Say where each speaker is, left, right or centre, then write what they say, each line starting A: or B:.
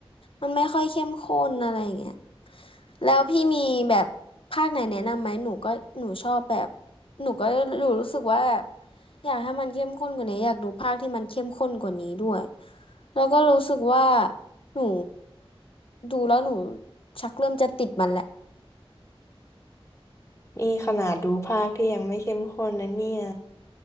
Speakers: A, on the left (about 60°); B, on the left (about 30°).
A: มันไม่ค่อยเข้มข้นอะไรอย่างเงี้ยแล้วพี่มีแบบภาคไหนแนะนำไหมหนูก็หนูชอบแบบหนูก็หนูรู้สึกว่าแบบ อยากให้มันเข้มข้นกว่านี้อยากดูภาคที่มันเข้มข้นกว่านี้ด้วยแล้วก็รู้สึกว่าหนูดูแล้วหนูชักเริ่มจะติดมันแหละ
B: นี่ขนาดดูภาคที่ยังไม่เข้มข้นนะเนี่ย